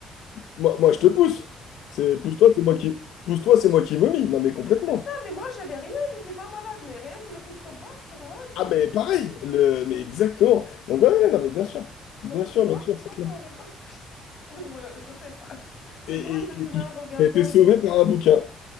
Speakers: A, on the left; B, on the left.
A: Moi, moi, je te pousse. C'est pousse-toi, c'est moi qui pousse-toi, c'est moi qui vomis. Non, mais complètement.
B: C'est ça, mais moi, j'avais rien, j'étais pas malade. Mais rien que le fait de te voir, pour moi, c'est...
A: Ah,
B: c'est-
A: mais pareil. Le, mais exactement. Donc ouais, ouais, non, mais bien sûr,
B: Donc,
A: bien sûr,
B: tu vois
A: bien sûr,
B: pourquoi
A: c'est clair.
B: ça aurait pas marché. <laughs> Donc, voilà, je sais pas. C'est
A: Et et
B: drôle maintenant
A: et tu
B: en regardant
A: t'as été sauvé
B: que...
A: par un bouquin.